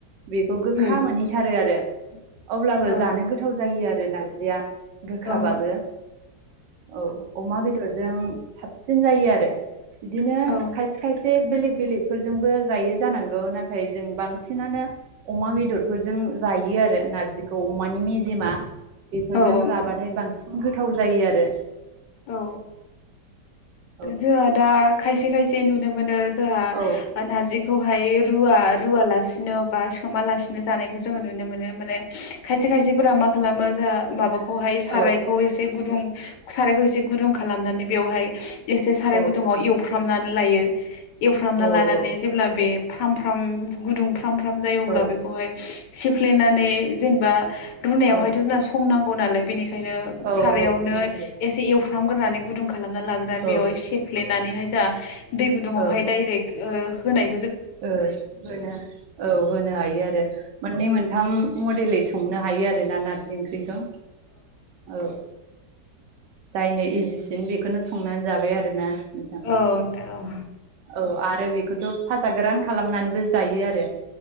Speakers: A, on the right; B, on the left.
A: बेखौ गोखा
B: उम
A: मोनहैथारो आरो अब्लाबो
B: औ
A: जानो गोथाव जायो आरो नारजिया गोखाबाबो
B: औ
A: औ अमा बेद बेदरजों साबसिन जायो आरो बिदिनो
B: औ
A: खायसे खायसे बेलेग बेलेगफोरजोंबो जायो जानांगौ नाथाय नाथाय जों बांसिनानो अमा बेदरफोरजों जायो आरो नारजिखौ अमानि मेजेमा बेफोरजों
B: नोंथां
A: जाबाथाय बांसिन गोथाव जायो आरो
B: औ
A: औ
B: जोंओ दा खायसे खायसे नुनो मोनो जा
A: औ
B: नारजि बेखौहाय रुवा रुवालासिनो बा सोमालासिनो जानायखौ जोङो नुनो मोनो माने खायसे खायसे खायसेफोरा मा खालामो जा माबाखौहाय सारायखौ
A: औ
B: एसे गुदुं सारायखौ एसे गुुंदुं खालामनानै बेवहाय एसे साराय
A: औ
B: गुदुं आव एवफ्रामनानै लायो एवफ्रामना
A: औ
B: लानानै जेब्ला बे फ्राम फ्राम गुदुं फ्राम फ्राम जायो अब्ला
A: औ
B: बेखौहाय सिफ्लेनानै जेनेबा रुनायावहायथ'
A: औ
B: जोंना संनांगौ नालाय बेनिखायनो
A: औ
B: सारायावनो
A: औ संनांगौ
B: एसे एवफ्रामग्रोनानै गुदुं खालामना लाग्रोनानै बेवहाय
A: औ
B: सेफ्लेनानैहाय जा दै गुदुंङावहाय
A: ओ
B: डाइरेक्ट ओ होनाय
A: ओ होनो औ होनो हायो आरो मोननै मोनथाम मडेलै सं संनो हायो आरो ना नारजि ओंख्रिखौ औ जायनो इजिसिन बेखौनो संनानै जाबाय आरोना मोजां
B: औ नोंथां औ
A: औ आरो बेखौथ' फार्स्ट सा गोरान खालामनानैबो जायो आरो